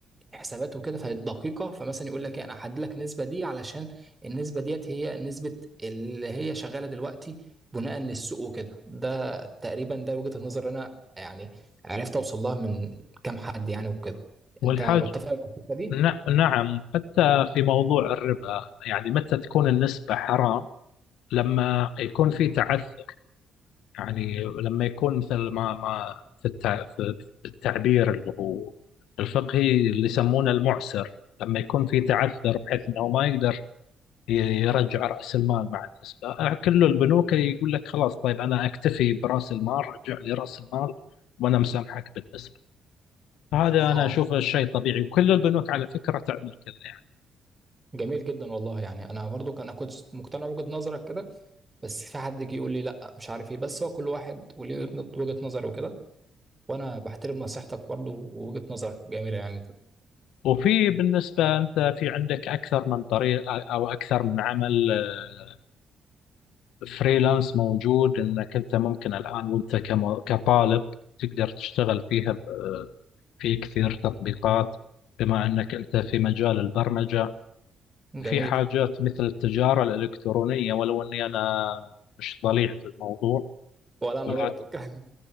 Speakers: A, on the right (about 20°); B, on the left (about 85°).
A: حسابات وكده فدقيقة فمثلا يقول لك ايه انا هحدد لك النسبة دي علشان النسبة ديت هي نسبة اللي هي شغالة دلوقتي بناء للسوق وكده ده تقريبا ده وجهة النظر اللي انا يعني عرفت اوصل لها من كام حد يعني وكده
B: والحاج
A: انت متفق مع الفكرة دي؟
B: ن- نعم حتى في موضوع الربا يعني متى تكون النسبة حرام لما يكون في تعثر يعني لما يكون مثل ما ما في التع... في في التعبير اللي هو الفقهي اللي يسمونه المعسر لما يكون في تعثر بحيث انه ما يقدر ي- يرجع راس المال مع النسبه كل البنوك يقول لك خلاص طيب انا اكتفي براس المال رجع لي راس المال وانا مسامحك بالنسبه هذا
A: اه
B: انا اشوفه شيء طبيعي وكل البنوك على فكره تعمل كذا يعني
A: جميل جدا والله يعني انا برضو كان- انا كنت مقتنع بوجهة نظرك كده بس في حد جه يقول لي لا مش عارف ايه بس هو كل واحد وليه وجهة نظر وكده وانا بحترم نصيحتك برضو ووجهة نظرك جميلة يعني
B: وفي بالنسبه انت في عندك اكثر من طريق او اكثر من عمل آه، فريلانس موجود انك انت ممكن الان وانت كم- كطالب تقدر تشتغل فيها ب- في كثير تطبيقات بما انك انت في مجال البرمجة في
A: جميل
B: حاجات مثل التجارة الالكترونية ولو اني انا مش ضليع في الموضوع
A: ولا انا
B: ولا
A: برضو <laughs>